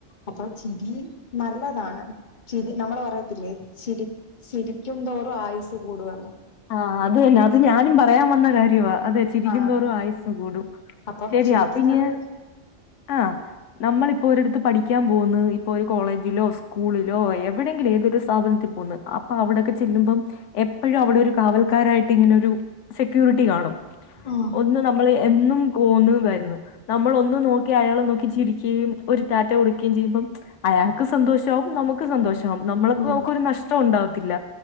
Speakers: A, on the left; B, on the left.
A: അപ്പൊ ചിരി നല്ലതാണ് ചിരി നമ്മള് പറയത്തില്ലേ ചിരി ചിരിക്കുന്തോറും ആയുസ് കൂടു വന്ന്
B: ആഹ് അത് തന്നെ അത് ഞാനും പറയാൻ വന്ന കാര്യവാ അതെ ചിരിക്കുന്നന്തോറും
A: ആഹ്
B: ആയുസ്സു കൂടും
A: അപ്പം
B: ശരിയാ
A: ചിരിക്കുന്നത്
B: പിന്നെ ആഹ് നമ്മളിപ്പോ ഒരിടത്ത് പഠിക്കാൻ പോവുന്ന് ഇപ്പൊ ഒരു കോളേജിലോ സ്കൂളിലോ എവിടെയെങ്കിലും ഏതൊരു സ്ഥപനത്തിൽ പോകുന്നത് അപ്പൊ അവിടെക്കെ ചെല്ലുമ്പം എപ്പോഴും അവിടെ ഒരു കാവൽക്കാരായിട്ട് ഇങ്ങനെ ഒരു സെക്യൂരിറ്റി കാണും
A: ആഹ്.
B: ഒന്ന് നമ്മള് എന്നും പോന്ന് വരുന്ന്. നമ്മള് ഒന്ന് നോക്കി അയാളെ നോക്കി ചിരിക്കുകയും ഒരു ടാറ്റ കൊടുക്കുകയും ചെയ്യുമ്പം. അയാൾക്ക് സന്തോഷവും നമുക്ക് സന്തോഷം ആകും നമ്മളക്കും
A: ഉം
B: നമുക്കും ഒരു നഷ്ടം ഉണ്ടാവത്തില്ല